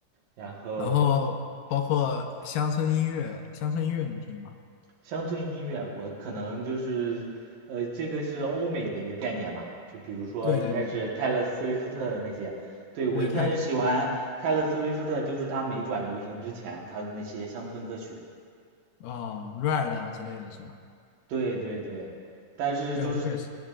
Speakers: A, on the right (about 85°); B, on the left (about 80°).
A: 然后
B: 然后包括乡村音乐，乡村音乐你听吗？
A: 乡村音乐，我可能就是，呃，这个是欧美的一个概念吧。就比如说一开始泰勒·
B: 对对对
A: 斯威夫特的那些，对，我一开始喜欢泰勒·
B: 对，泰勒的歌，
A: 斯威夫特，就是他没转流行之前他的那些乡村歌曲。
B: 哦，Red 啊之类的是吧？
A: 对对对，但是就是
B: 哎，我也是，